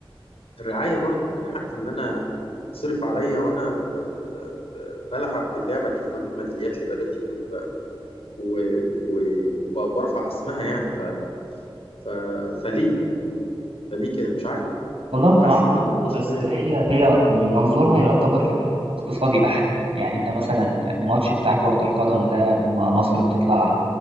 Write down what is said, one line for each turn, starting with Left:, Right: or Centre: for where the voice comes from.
Left: الرعاية برضو من حق إن أنا تتصرف عليا وأنا ب... ب... ب... بلعب باللعبة دي وبجيب ميداليات لبلدي وب... و... و... وبرفع اسمها يعني ف... ف... فليه فليه كده مش عارف
Right: والله أنت
Left: حاسس
Right: معاك
Left: إن الموضوع شوية
Right: بس هي هي منظورها يعتبر اقتصادي بحت يعني أنت مثلا الماتش بتاع كرة القدم ده لما مصر بتطلع